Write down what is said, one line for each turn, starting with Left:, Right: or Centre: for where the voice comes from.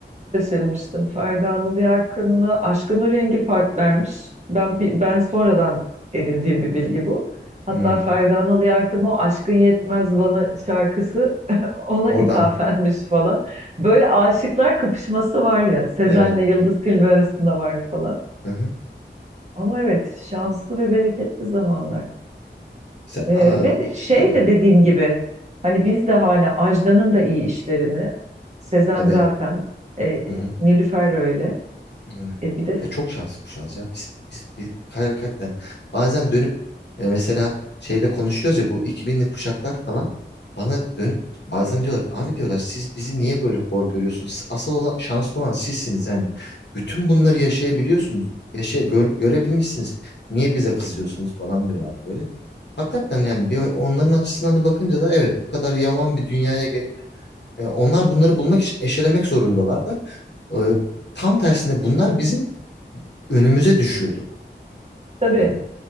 Right: şaşırmıştım. Ferdi Anıl Yarkın'la Aşkın O Rengi partnermiş. Ben bi- ben sonradan edindiğim bir bilgi bu. Hatta
Left: hı.
Right: Ferdi Anıl Yarkın o Aşkın Yetmez Bana şarkısı <laughs> ona
Left: Oradan.
Right: ithafenmiş falan. Böyle aşıklar kapışması var ya Sezen'le
Left: Evet.
Right: Yıldız Tilbe arasında var falan.
Left: Hı hı.
Right: Ama evet şanslı ve bereketli zamanlar.
Left: Se-
Right: Ee,
Left: Aa,
Right: ve şey
Left: tabii.
Right: de dediğin gibi hani biz de hala Ajda'nın da iyi işlerini Sezen
Left: Tabii.
Right: zaten e,
Left: Hı hı.
Right: Nilüfer öyle.
Left: Yani.
Right: E bir de
Left: Ya çok şanslı kuşağız ya. Biz, biz, biz hakikaten bazen dönüp e, mesela şeyle konuşuyoruz ya bu iki binli kuşaklar falan bana dönüp bazen diyorlar abi diyorlar siz bizi niye böyle hor görüyorsunuz? Siz asıl olan, şanslı olan sizsiniz yani. Bütün bunları yaşayabiliyorsunuz. Yaşa, gör- görebilmişsiniz. Niye bize kızıyorsunuz falan diyorlar böyle. Hakikaten yani bir onların açısından da bakınca da evet bu kadar yaman bir dünyaya gelip e, onlar bunları bulmak için eşelemek zorundalar da e, tam tersine bunlar bizim önümüze düşüyordu.
Right: Tabii.
Left: Hani